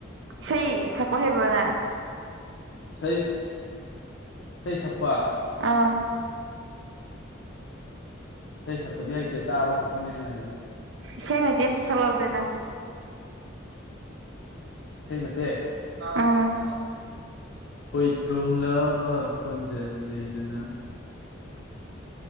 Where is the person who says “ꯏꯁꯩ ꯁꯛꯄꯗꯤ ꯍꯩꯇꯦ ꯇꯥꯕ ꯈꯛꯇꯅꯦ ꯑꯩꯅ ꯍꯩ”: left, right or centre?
Left